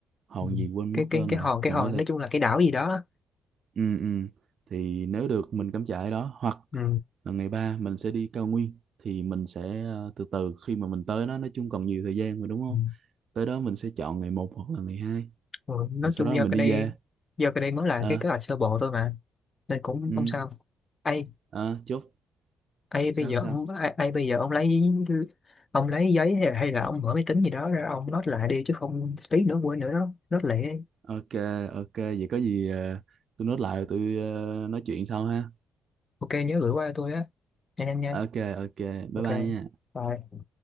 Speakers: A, on the right (about 55°); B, on the left (about 30°).
A: hòn
B: ừ.
A: gì quên
B: cái
A: mất
B: cái
A: tên
B: cái
A: rồi
B: hòn cái
A: mình
B: hòn
A: có thể
B: nói chung là cái đảo gì đó
A: ừ, ừ. thì nếu được mình cắm trại đó hoặc
B: ừ.
A: là ngày ba mình sẽ đi cao nguyên thì mình sẽ ờ, từ từ khi mà mình tới đó nói chung còn nhiều thời gian mà đúng không
B: Ừ.
A: tới đó mình sẽ chọn ngày một hoặc là ngày hai
B: Ừ. nói
A: rồi sau
B: chung
A: đó
B: do
A: mình
B: cái
A: đi
B: đây
A: về
B: do cái đây mới là
A: ờ
B: cái kế hoạch sơ bộ thôi mà nên cũng
A: ừ
B: không sao ai
A: ờ chốt
B: ai
A: sao
B: bây giờ
A: sao
B: ông ai, ai bây giờ ông lấy ông lấy giấy hay, hay là ông mở máy tính gì đó ra ông note lại đi chứ không tí nữa quên nữa đó note lại
A: ok ok vậy có gì ờ, tôi nốt lại rồi tôi ờ, nói chuyện sau ha
B: ok nhớ gửi qua cho tôi á nhanh nhanh nha
A: ok ok bye
B: ok
A: bye nha
B: bye